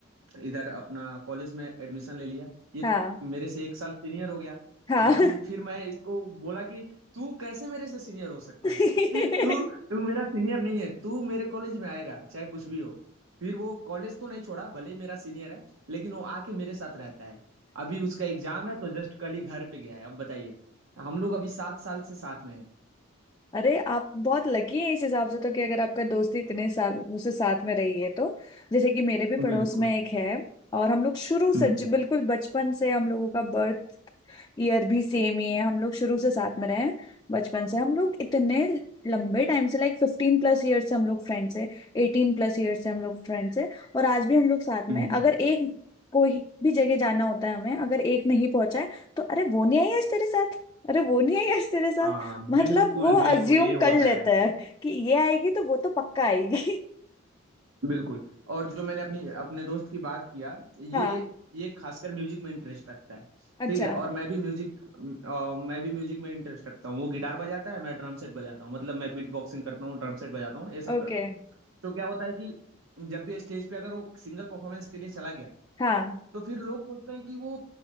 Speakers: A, on the right; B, on the left.
A: इधर अपना कॉलेज में एडमिशन ले लिया ये
B: हाँ
A: मेरे से एक साल सीनियर हो गया
B: हाँ
A: लेकिन फिर मैं इसको बोला कि तू कैसे मेरे से सीनियर हो सकता
B: <laughs>
A: है <laughs> तू तू मेरा सीनियर नहीं है तू मेरे कॉलेज में आएगा चाहे कुछ भी हो फिर वो कॉलेज तो नहीं छोड़ा भले ही मेरा सीनियर है लेकिन वो आके मेरे साथ रहता है अभी उसका एग्जाम है तो जस्ट कल ही घर पे गया है अब बताइए हम लोग अभी सात साल से साथ में हैं
B: अरे आप बहुत लकी हैं इस हिसाब से तो कि अगर आपका दोस्ती इतने साल मुझसे साथ में रही है तो जैसे कि मेरे भी पड़ोस
A: बिल्कुल
B: में एक है और हम लोग शुरू से
A: हम्म
B: ज- बिल्कुल बचपन से हम लोगों का बर्थ ईयर भी सेम ही है हम लोग शुरू से साथ में रहे हैं बचपन से हम लोग इतने लंबे टाइम से लाइक फिफ्टीन प्लस ईयर से हम लोग फ्रेंड्स हैं एटीन प्लस ईयर से हम लोग फ्रेंड्स हैं और आज भी हम लोग साथ में
A: हम्म
B: हैं। अगर एक कोई भी जगह जाना होता है हमें अगर एक नहीं पहुंचा है तो अरे वो नहीं आई आज तेरे साथ अरे वो नहीं आई आज तेरे साथ
A: हाँ
B: मतलब
A: बिल्कुल
B: वो
A: बिल्कुल
B: अज्यूम
A: ये होता
B: कर लेता
A: है
B: है कि ये आएगी तो वो तो पक्का आएगी
A: बिल्कुल और जो मैंने अपनी अपने दोस्त की बात किया ये
B: <laughs> हाँ
A: ये खासकर म्यूजिक में इंटरेस्ट रखता है
B: अच्छा
A: ठीक है और मैं भी म्यूजिक अ, मैं भी म्यूजिक में इंटरेस्ट रखता हूँ वो गिटार बजाता है मैं ड्रम सेट बजाता हूँ मतलब मैं बीट बॉक्सिंग करता हूँ ड्रम सेट बजाता हूँ ये सब
B: ओके
A: करता हूँ तो क्या होता है कि जब भी स्टेज पे अगर वो सिंगल परफॉर्मेंस के लिए चला गया
B: हाँ
A: तो फिर लोग सोचते हैं कि वो